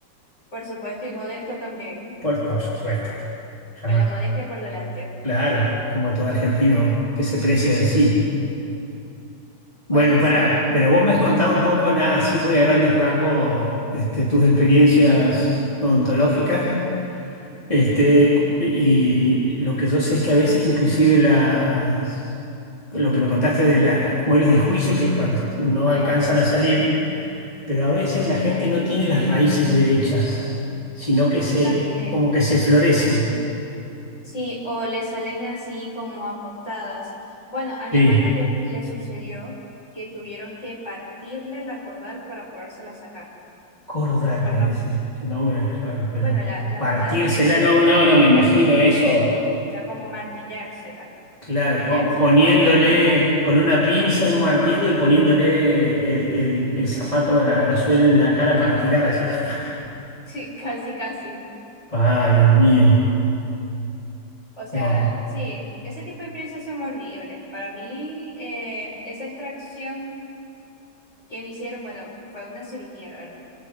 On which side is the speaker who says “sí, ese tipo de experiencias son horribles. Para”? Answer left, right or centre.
Left